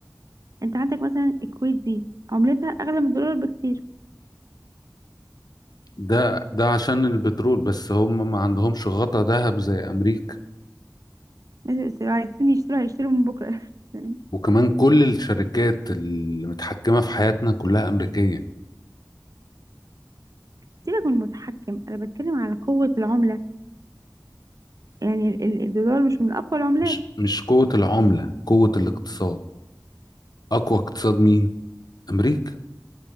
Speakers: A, on the right (about 50°); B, on the left (about 65°).
A: أنت عندك مثلا الكويت دي عملتها أغلى من الدولار بكتير
B: ده ده عشان البترول بس هم ما عندهمش غطا ذهب زي أمريكا
A: الناس اللي بيشتروا- عايزين يشتروا هيشتروا من بكرة <laughs>
B: وكمان كل الشركات اللي متحكمة في حياتنا كلها أمريكية
A: سيبك من المتحكم أنا بتكلم على قوة العملة يعني ال- ال- الدولار مش من أقوى العملات
B: مش مش قوة العملة قوة الاقتصاد أقوى اقتصاد مين؟ أمريكا